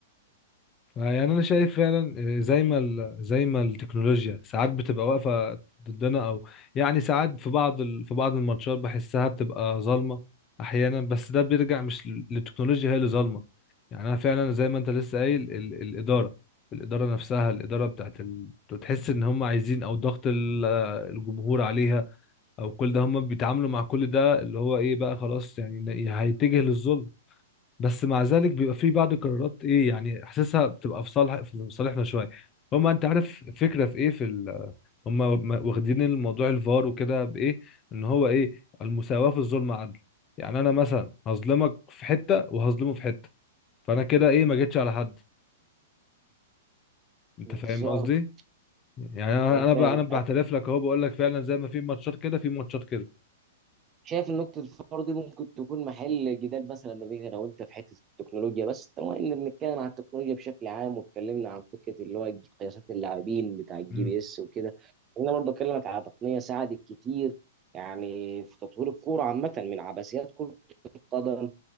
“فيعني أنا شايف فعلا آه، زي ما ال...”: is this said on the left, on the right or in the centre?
Left